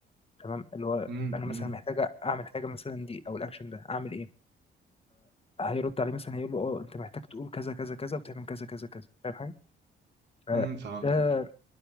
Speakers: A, on the left; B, on the right.
A: تمام اللي هو
B: لا؟
A: انا مثلا محتاجه اعمل حاجه مثلا دي او الاكشن ده اعمل ايه فهيرد عليه مثلا هيقول له اه انت محتاج تقول كذا كذا كذا وتعمل كذا كذا كذا فاهم حاجه فده
B: امم فهمتك